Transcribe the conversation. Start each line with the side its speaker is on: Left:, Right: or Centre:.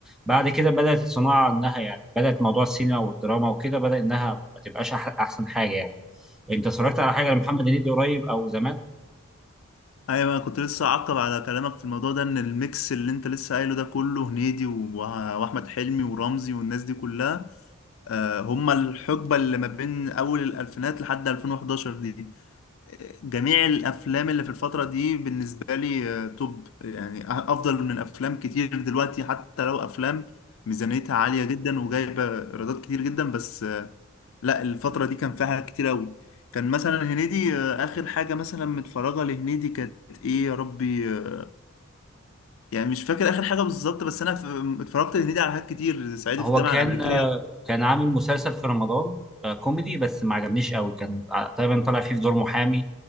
Centre: بعد كده بدات الصناعه انها يعني بدات موضوع السينما والدراما وكده بدا انها ما تبقاش أح- احسن حاجه يعني انت اتفرجت على حاجه لمحمد هنيدي قريب او زمان
Left: أيوة أنا كنت لسه أعقب على كلامك في الموضوع ده إن الميكس اللي أنت لسه قايله ده كله هنيدي و- وأحمد حلمي ورمزي والناس دي كلها آه، هما الحقبة اللي ما بين أول الألفينات لحد 2011 دي جميع الافلام اللي في الفتره دي بالنسبه لي آه، توب يعني أ- افضل من افلام كتير دلوقتي حتى لو افلام ميزانيتها عاليه جدا وجايبه ايرادات كتير جدا بس آه، لا الفتره دي كان فيها حاجات كتير قوي كان مثلا هنيدي آه، اخر حاجه مثلا متفرجه لهنيدي كانت ايه يا ربي آه، يعني مش فاكر اخر حاجه بالظبط بس انا ف- اتفرجت لهنيدي على حاجات كتير صعيدي
Centre: هو
Left: في الجامعه
Centre: كان
Left: الامريكيه
Centre: آه، كان عامل مسلسل في رمضان آه، كوميدي بس ما عجبنيش قوي كان ع- تقريبا طلع فيه في دور محامي